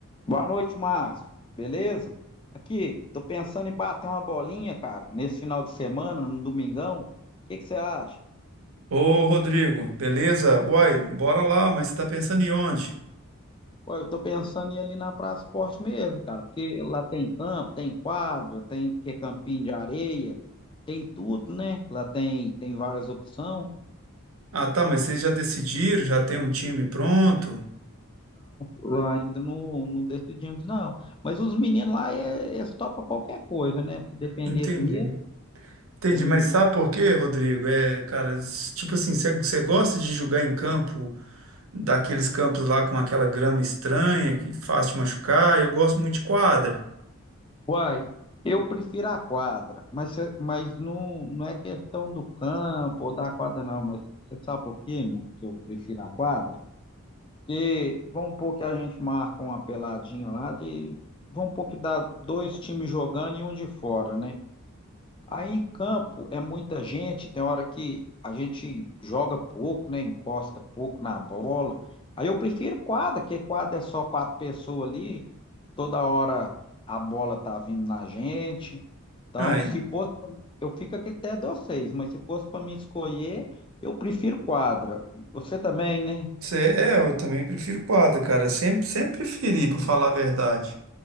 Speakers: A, on the left; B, on the right.
A: Boa noite, Márcio. Beleza? Aqui, tô pensando em bater uma bolinha, cara, nesse final de semana, no domingão. O que que você acha?
B: Ô, Rodrigo, beleza? Uai, bora lá, mas você tá pensando em onde?
A: Pô, eu tô pensando em ir ali na Praça Esporte mesmo, cara, porque lá tem campo, tem quadra, tem que é campinho de areia, tem tudo, né? Lá tem tem várias opções.
B: Ah, tá, mas vocês já decidiram, já tem um time pronto?
A: Lá Ainda não, não decidimos, não. Mas os meninos lá, eh, eles topam qualquer coisa, né? Se depender
B: Entendi.
A: dele,
B: Entendi,
A: eles
B: mas sabe por quê, Rodrigo? É, cara, s- tipo assim, você você gosta de jogar em campo, daqueles campos lá com aquela grama estranha, que faz te machucar? Eu gosto muito de quadra.
A: Uai, eu prefiro a quadra, mas, cê- mas não, não é questão do campo ou da quadra, não. Mas você sabe por quê, meu, que eu prefiro a quadra? Porque vamos supor que a gente marca uma peladinha lá de. Vamos supor que dá dois times jogando e um de fora, né? Aí em campo é muita gente, tem hora que a gente joga pouco, né? Encosta pouco na bola. Aí eu prefiro quadra, porque quadra é só quatro pessoas ali, toda hora a bola tá vindo na gente. Então,
B: Ah, e-
A: se fosse, pra- eu fico aqui até de vocês, mas se fosse para me escolher, eu prefiro quadra. Você também, né?
B: cê- é, eu também prefiro quadra, cara. Sempre, sempre preferi, pra falar a verdade.